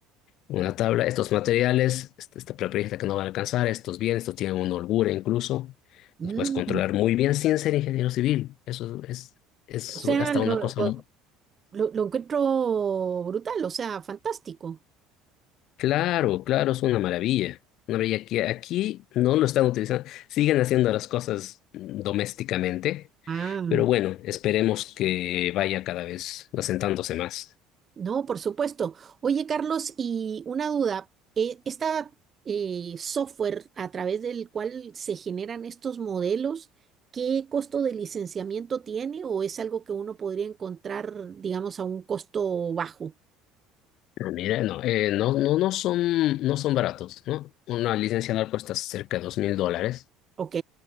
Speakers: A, on the left; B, on the right.
A: una
B: ok.
A: tabla, estos materiales, esta, esta propiedad que no van a alcanzar, estos bienes, estos tienen una holgura incluso,
B: Mm,
A: los puedes controlar muy bien sin ser ingeniero civil. Eso es, es
B: O sea,
A: hasta
B: lo,
A: una cosa
B: lo-
A: muy...
B: lo- lo encuentro brutal, o sea, fantástico.
A: Claro, claro, es una maravilla. Una maravilla que aquí no lo están utilizando, siguen haciendo las cosas domésticamente,
B: Ah,
A: pero bueno, esperemos que vaya cada vez asentándose más.
B: no, por supuesto. Oye, Carlos, y una duda, eh, esta eh, software a través del cual se generan estos modelos, ¿qué costo de licenciamiento tiene o es algo que uno podría encontrar, digamos, a un costo bajo?
A: No, Mira, no, eh, no, no, no son, no son baratos, ¿no? Una licencia anual cuesta cerca de dos mil dólares.
B: Ok.